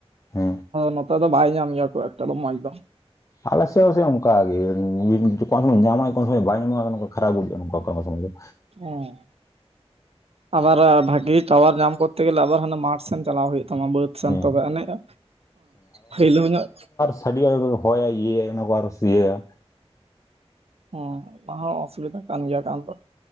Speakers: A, on the left; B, on the right.
A: ᱦᱮᱸ
B: ᱱᱚᱛᱮ ᱫᱚ ᱵᱟᱭ ᱧᱟᱢ ᱜᱮᱭᱟ ᱠᱷᱩᱵ ᱮᱠᱴᱟ ᱫᱚ ᱢᱚᱸᱡᱽ ᱫᱚ᱾
A: ᱟᱞᱮ ᱥᱮᱫ ᱦᱚᱸᱥᱮ ᱚᱱᱠᱟᱜᱮ ᱠᱚᱱᱚ ᱥᱚᱢᱚᱭ ᱧᱟᱢᱟᱭ ᱠᱚᱱᱚ ᱥᱚᱢᱚᱭ ᱵᱟᱭ ᱧᱟᱢᱟ ᱚᱱᱠᱟ ᱠᱷᱟᱨᱟᱯ ᱵᱩᱡᱟ. ᱜᱼᱟ ᱱᱚᱝᱠᱟ ᱠᱚᱱᱚ ᱥᱚᱢᱚᱭ ᱫᱚ᱾
B: ᱦᱮ, ᱟᱵᱟᱨ ᱵᱷᱟᱜᱤ ᱴᱟᱣᱟᱨ ᱧᱟᱢ ᱠᱚᱨᱛᱮ ᱜᱮᱞᱮ ᱟᱵᱟᱨ ᱦᱟᱱᱟ ᱢᱟᱴᱷ ᱥᱮᱱ ᱪᱟᱞᱟᱣ ᱦᱩᱭᱩᱜ ᱛᱟᱢᱟ ᱵᱟᱹᱫᱽ ᱥᱟᱱᱛᱚ
A: ᱦᱮᱸ
B: ᱠᱚ ᱮᱱᱮᱡ ᱟ ᱯᱷᱟᱹᱤᱞᱟ. ᱣ ᱧᱚᱜ
A: ᱥᱟᱹᱰᱤ ᱟᱨᱚ ᱦᱚᱭ ᱭᱟᱭ ᱤᱭᱟᱹ ᱭᱟᱭ ᱚᱱᱟ ᱠᱚ ᱟᱨᱚ ᱤᱭᱟᱹᱭᱟ᱾
B: ᱦᱮᱸ ᱚᱱᱟ ᱦᱚᱸ ᱚᱥᱩᱵᱤᱫᱟ ᱠᱟᱱ ᱜᱮᱭᱟ ᱮᱠᱟᱱᱛᱚ,